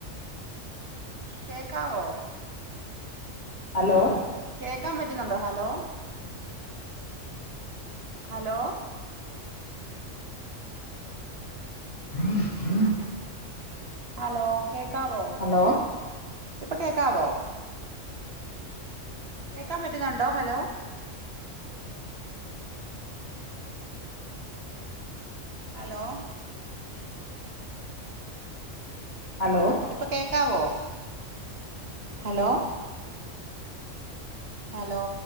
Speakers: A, on the right; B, on the left.
A: കേക്കാവോ
B: ഹലോ
A: കേക്കാൻ പറ്റുന്നൊണ്ടോ ഹലോ ഹലോ
B: ആ <unintelligible>
A: ഹലോ കേക്കാവോ
B: ഹലോ
A: ഇപ്പ കേക്കാവോ കേക്കാൻ പറ്റുന്നൊണ്ടോ ഹലോ ഹലോ
B: ഹലോ
A: ഇപ്പ കേക്കാവോ ഹലോ ഹലോ